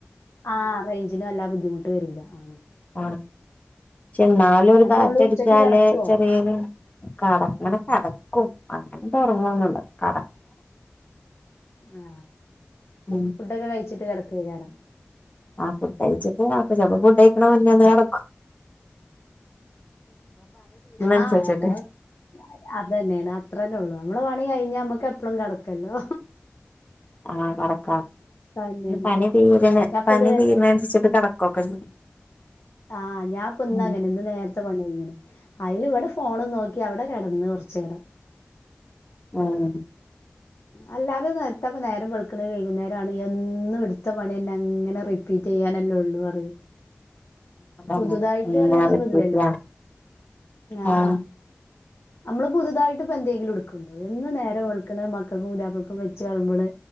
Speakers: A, on the left (about 75°); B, on the left (about 35°).
A: ആ റേഞ്ചിന് നല്ലാ ബുദ്ധിമുട്ട് വരുല്ല ആ
B: ആ പക്ഷെ എന്നാലും ഒരു
A: എന്താ
B: കാറ്റടിച്ചാല്
A: നിങ്ങള് ഉച്ചക്ക് കിടക്കുവോ
B: ചെറിയൊരു <unintelligible> ക്കും അങ്ങനെത്തെ ഉറങ്ങുവൊന്നുവില്ല കിട
A: ആ
B: ഉം
A: ഫുഡൊക്കെ കഴിച്ചിട്ട് കിടക്കുക്കരാം
B: ആ ഫുഡ് കഴിച്ചിട്ട് അപ്പൊ ചിലപ്പോ ഫുഡ് കഴിക്കണ മുന്നേ ഒന്നു കിടക്കും അനുസരിച്ചിട്ട്
A: ആ ഞമ്മള് അത് തന്നെയാണ് അത്ര തന്നേ ഉള്ളൂ നമ്മള് പണി കഴിഞ്ഞ നമ്മുക്ക് എപ്പളം കിടക്കാല്ലോ
B: ആ കിടക്കാം
A: തന്നെയാണ്
B: പണി തീരണ
A: ഞാനിപ്പോ
B: പണി
A: ഇത്
B: തീരണ അനുസരിച്ചിട്ട് കിടക്കൊക്കെ ചെയ്യും
A: ആ ഞാൻ ഇപ്പം ഇന്നാ
B: ഉം
A: അങ്ങനെ ഇന്ന് നേരത്തെ പണി കഴിഞ്ഞണ് അയില് ഇവിടെ ഫോണ് നോക്കി അവിടെ കിടന്ന് കുറച്ചുനേരം
B: ആം
A: അല്ലാതെ ഇത് പ്പത്താ നേരം വെളുക്കണ വൈകുന്നേരം ആണ് എന്നും എടുത്ത പണി തന്നെ അങ്ങനെ റിപ്പീറ്റ് ചെയ്യാനല്ലേ ഉള്ളൂ റിയ
B: അതന്നെ
A: പുതുതായിട്ട്
B: ഇങ്ങനെ
A: അറിയാനൊന്നും
B: വികൃതിയാ
A: ഇല്ലല്ലോ ആ
B: ആഹ്
A: നമ്മള് പുതുതായിട്ട് ഇപ്പോ എന്തെങ്കിലും എടുക്കണ്ടോ എന്ന് നേരം വെളുക്കു ക്കണ് മക്കൾക്കും പുതിയപ്പളക്കും വെച്ച് വിളമ്പണ്